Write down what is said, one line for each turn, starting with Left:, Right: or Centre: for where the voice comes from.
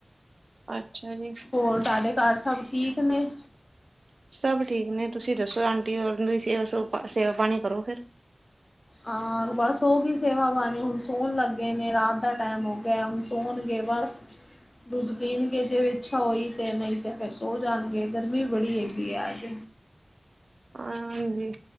Right: ਅੱਛਾ ਜੀ
Left: ਹੋਰ ਤੁਹਾਡੇ ਘਰ ਸਭ ਠੀਕ ਨੇ
Right: ਸਭ ਠੀਕ ਨੇ ਤੁਸੀਂ ਦੱਸੋ ਆਂਟੀ ਦੀ ਸੇਵਾ ਸ ਪਾਣੀ ਕਰੋ ਫਿਰ
Left: ਹਾਂ ਬਸ ਹੋਗੀ ਸੇਵਾ ਪਾਣੀ ਹੁਣ ਸੋਣ ਲੱਗੇ ਨੇ ਰਾਤ ਦਾ ਟਾਈਮ ਹੋ ਗਿਆ ਹੁਣ ਸੋਣਗੇ ਬਸ ਦੁੱਧ ਪੀਣਗੇ ਜੇ ਇੱਛਾ ਹੋਈ ਤੇ ਨਹੀਂ ਤੇ ਫਿਰ ਸੌ ਜਾਣਗੇ ਗਰਮੀ ਬੜੀ ਹੈਗੀ ਆ ਅਜ
Right: ਹਾਂਜੀ